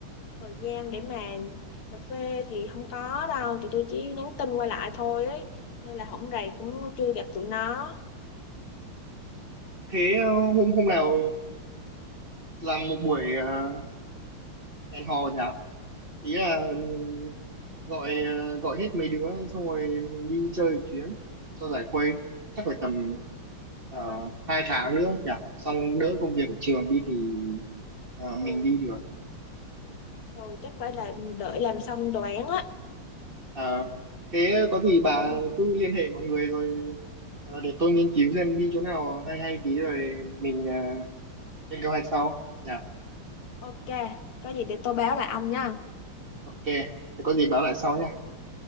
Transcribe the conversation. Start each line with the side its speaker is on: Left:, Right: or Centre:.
Left: thời gian để mà cà phê thì không có đâu tụi tôi chỉ nhắn tin qua lại thôi ấy nên là hổng rày cũng chưa gặp tụi nó
Right: Thế ờ, hôm hôm nào làm một buổi ờ, hẹn hò nhỉ? Ý là ừ, gọi ờ, gọi hết mấy đứa xong rồi mình đi chơi một chuyến cho giải khuây chắc phải tầm ờ, hai tháng nữa nhỉ xong đỡ công việc ở trường đi thì ờ, mình
Left: ừ
Right: đi được
Left: rồi chắc phải là đợi làm xong đồ án á
Right: à, thế có gì bà
Left: ừ.
Right: cứ liên hệ mọi người rồi ờ, để tôi nghiên cứu xem đi chỗ nào hay hay tí rồi mình ờ, lên kế hoạch sau nhỉ
Left: ok có gì để tôi báo lại ông nha
Right: ok thế có gì báo lại sau nha